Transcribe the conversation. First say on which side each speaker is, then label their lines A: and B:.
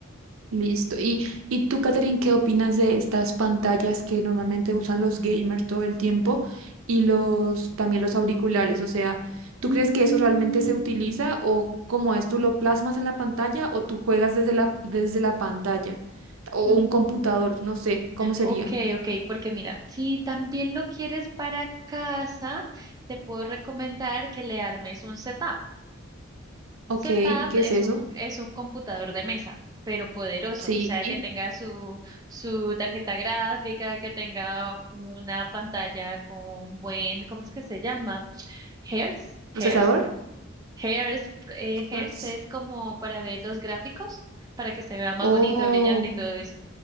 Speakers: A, on the right; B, on the right.
A: Listo. ¿Y, y tú, Catherine, qué opinas de estas pantallas que normalmente usan los gamers todo el tiempo y los también los auriculares? O sea, ¿tú
B: Mm,
A: crees que eso realmente se utiliza o cómo es? ¿Tú lo plasmas en la pantalla o tú juegas desde la, desde la pantalla? O
B: mm.
A: un computador, no sé, ¿cómo sería?
B: Ok, ok, porque mira, si también lo quieres para casa, te puedo recomendar que le armes un setup.
A: Ok,
B: Setup
A: ¿qué
B: es
A: es eso?
B: un, es un computador de mesa, pero poderoso,
A: Sí.
B: o sea, que tenga su, su tarjeta gráfica, que tenga una pantalla con buen, ¿cómo es que se llama? Hertz,
A: ¿Procesador?
B: Hertz, Hairs, eh, Hairs
A: Hertz.
B: es como para ver los gráficos, para que se vea más
A: Oh,
B: bonito, brillante y todo eso.